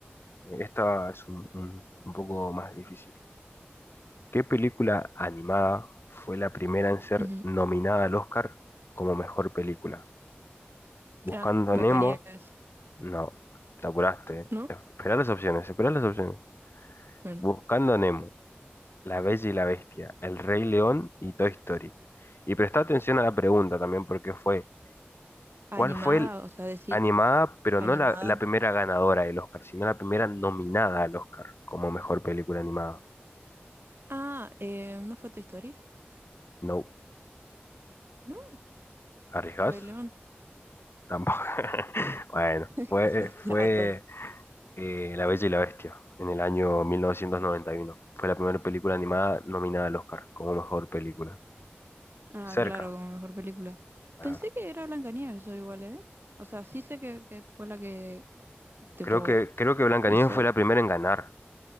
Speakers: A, on the left; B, on the right.
A: Esta es un, un, un poco más difícil. ¿Qué película animada fue la primera en ser
B: Ujú.
A: nominada al Oscar como mejor película? Buscando
B: Ah, Blancanieves,
A: a Nemo, no, te apuraste.
B: ¿no?
A: Esperá las opciones, esperá las opciones.
B: Bueno,
A: Buscando a Nemo, La Bella y la Bestia, El Rey León y Toy Story. Y prestá atención a la pregunta también, porque fue,
B: animada,
A: ¿cuál fue el-
B: o sea, decir
A: animada, pero
B: animada.
A: no la, la primera ganadora del Oscar, sino la primera nominada al Oscar como mejor película animada?
B: Ah, eh, ¿no fue Toy Story?
A: No,
B: No,
A: ¿arriesgás?
B: El Rey León.
A: Tampoco. <laughs> Bueno,
B: <laughs>
A: fue,
B: Ya,
A: fue
B: todas.
A: eh, La Bella y la Bestia, en el año 1991. Fue la primera película animada nominada al Oscar como mejor película.
B: Ah,
A: Cerca.
B: claro, como mejor película.
A: Ah,
B: Pensé que era Blancanieves, yo igual, ¿eh? O sea, sí sé que, que fue la que, tipo,
A: Creo que, creo que Blancanieves
B: hizo.
A: fue la primera en ganar.